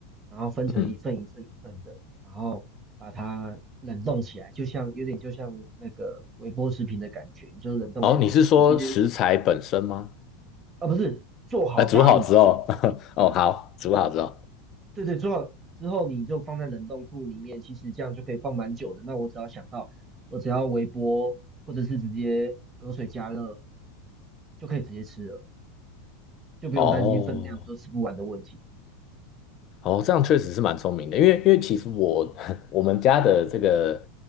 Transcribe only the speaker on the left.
嗯，
哦，你是说食材本身吗？
呃，煮好之后，<laughs> 哦，好，煮好之后，
哦，哦，这样确实是蛮聪明的，因为因为其实我 <laughs> 我们家的这个，